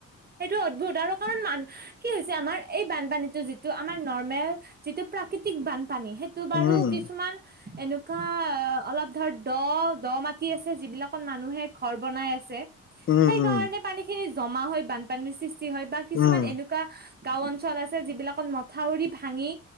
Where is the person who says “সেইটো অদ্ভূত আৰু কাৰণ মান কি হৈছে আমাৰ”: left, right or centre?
Right